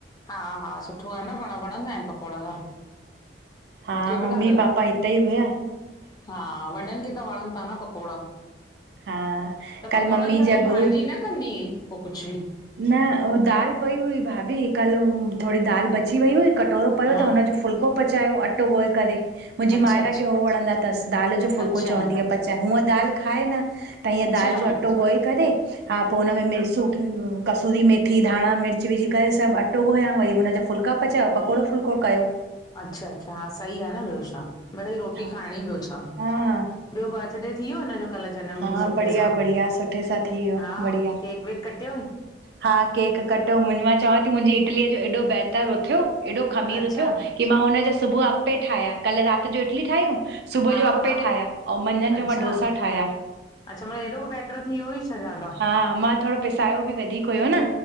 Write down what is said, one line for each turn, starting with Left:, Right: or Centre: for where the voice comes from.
Left: हा -हा सुठो आ न पाण़, वण़ंदा आहिनि पकोड़ा त।
Right: हा,
Left: मूंखे बि
Right: मम्मी-पापा
Left: ॾाढा
Right: ईते ई हुया।
Left: हा, वॾनं खे त वण़न ता न पकोड़ा।
Right: हा
Left: त
Right: कल
Left: पकोड़नं
Right: मम्मी
Left: सां
Right: जा
Left: पो भाॼी
Right: गुरू
Left: न कंदी ऐंई, पो कुछ बि।
Right: न, हो दाल पई हुई भाभी, कल्ह हु थोड़ी दाल बची वेई हुई कटोरो पयो
Left: हा
Right: त हुनजो फुल्को पचायो, अट्टो ॻोए करे। मुंहिंजी
Left: अच्छा
Right: मायरा
Left: अच्छा
Right: खे हो वणंदा तस, दाल जो फुल्को
Left: अच्छा
Right: चवंदी आ पचाए, हूंअं दाल खाए न। त ईअं
Left: अच्छा
Right: दाल जो अट्टो ॻोए करे, हा पो हुन में सुखीयूं कसुरी मेथी, धाण़ा, मिर्च विझी करे सभु अट्टो ॻोयां, वरी हुनजां फुल्का पचाया, पकोड़ो फुलको कयो।
Left: अच्छा-अच्छा। हा, सही आ न ॿियो छा? मिड़ईं रोटी
Right: हा
Left: खाय़ण़ी ॿियो छा?
Right: हा
Left: ॿियो बर्थडे थी वियो हिन जो? कल्ह जनम
Right: हा
Left: ॾींह सुठे
Right: बढ़िया
Left: सां।
Right: बढ़िया सुठे सां थी वियो
Left: हा,
Right: बढ़िया
Left: केक-वेक कटियो हई?
Right: हा, केक कटो। मां चवांती मुंहिंजी इटली अ जो हेॾो बेटर उथयो हेॾो खमीर
Left: अच्छा
Right: उथयो, की मां हुनजां सुबुह अप्पे ठाया। कल्ह रात त जो इटली ठायूं, सुबुह
Left: हा
Right: जो अप्पे
Left: हा
Right: ठाया, अऊं मंझंन
Left: अच्छा
Right: जो मां डोसा ठाया।
Left: अच्छा, मतलब हेॾो बेटर थी वयो हुई छा ज्यादा?
Right: हा, मां थोड़ो पिसायो बि वधीक हुयो न।